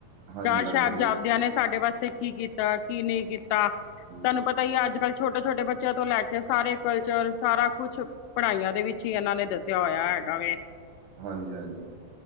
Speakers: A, on the right; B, on the left.
A: ਹਾਂਜੀ
B: ਚਾਰ
A: ਹਾਂਜੀ
B: ਸਾਹਿਬਜ਼ਾਪਦਿਆਂ ਨੇ ਸਾਡੇ ਵਾਸਤੇ ਕੀ ਕੀਤਾ, ਕੀ ਨਈਂ ਕੀਤਾ ਤੁਹਾਨੂੰ
A: ਹਮ, ਹਾਂ-
B: ਪਤਾ ਈ ਐ ਅੱਜ-ਕੱਲ੍ਹ ਛੋਟੇ-ਛੋਟੇ ਬੱਚਿਆਂ ਤੋਂ ਲੈ ਕੇ ਸਾਰੇ ਕਲਚਰ ਸਾਰਾ ਕੁਛ ਪੜ੍ਹਾਈਆਂ ਦੇ ਵਿੱਚ ਈ ਇਹਨਾਂ ਨੇ ਦੱਸਿਆ ਹੋਇਆ ਹੈਗਾ ਵੇ।
A: ਹਾਂਜੀ ਹਾਂਜੀ,